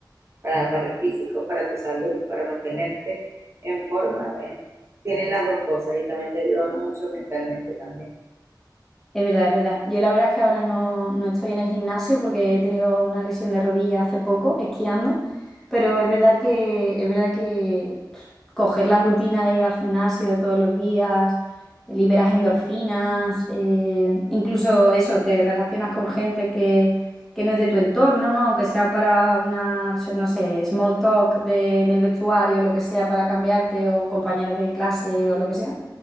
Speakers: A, on the right; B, in the centre.
A: para, para el físico, para tu salud, para mantenerte en forma. eh, Tiene las dos cosas y también te ayuda mucho mentalmente también.
B: Es verdad, es verdad. Yo la verdad es que ahora no, no estoy en el gimnasio porque he tenido una lesión de rodilla hace poco, esquiando, pero
A: ok.
B: es verdad que, es verdad que pff, coger la rutina de ir al gimnasio todos los días, liberas endorfinas, eh, incluso eso, te relacionas con gente que, que no es de tu entorno, ¿no? Aunque sea para una, no sé, small talk de- en el vestuario, lo que sea, para cambiarte, o compañeros de clase o lo que sea.